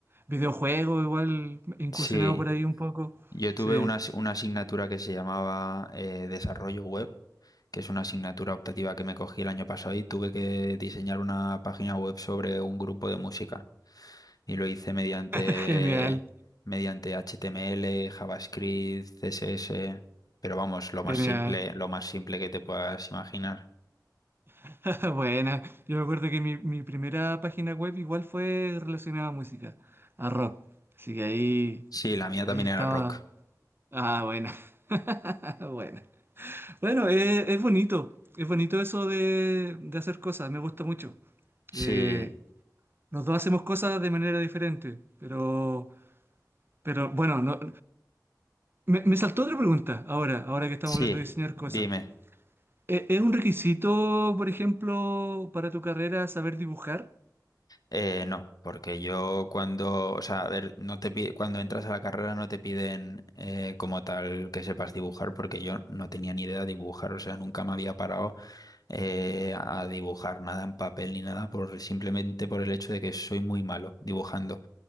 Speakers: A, on the right; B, on the left.
A: videojuego, igual incursionado
B: Sí,
A: por ahí un poco.
B: yo tuve
A: Sí,
B: una, as- una asignatura que se llamaba eh, Desarrollo Web, que es una asignatura optativa que me cogí el año pasado y tuve que diseñar una página web sobre un grupo de música. Y lo hice mediante,
A: <laughs> genial,
B: mediante HTML, JavaScript, CSS, pero vamos, lo más
A: genial.
B: simple, lo más simple que te puedas imaginar.
A: <laughs> Buena, yo me acuerdo que mi, mi primera página web igual fue relacionada a música, a rock. Así que ahí,
B: Sí, la mía
A: ahí
B: también
A: estaba.
B: era rock.
A: Ah, buena, <laughs> buena. Bueno, eh, es bonito, es bonito eso de, de hacer cosas, me gusta mucho.
B: Sí,
A: Eh, Los dos hacemos cosas de manera diferente, pero, pero bueno, no- me, me saltó otra pregunta ahora, ahora que estamos
B: sí,
A: hablando de diseñar
B: dime.
A: cosas. ¿E- ¿Es un requisito, por ejemplo, para tu carrera saber dibujar?
B: Eh, no, porque yo cuando, o sea, a ver, no te pide, cuando entras a la carrera no te piden eh, como tal que sepas dibujar, porque yo no tenía ni idea de dibujar, o sea, nunca me había parado eh, a dibujar nada en papel ni nada, por simplemente por el hecho de que soy muy malo dibujando.